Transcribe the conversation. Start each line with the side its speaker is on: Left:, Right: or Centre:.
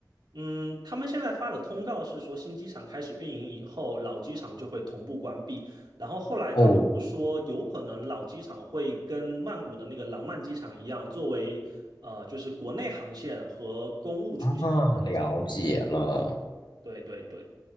Right: 嗯，他们现在发的通告是说，新机场开始运营以后，老机场就会同步关闭。然后后来他们又说，
Left: 哦，
Right: 有可能老机场会跟曼谷的那个廊曼机场一样，作为呃，就是国内航线和公务出行的一个机。
Left: 啊，了解了。
Right: 对对对，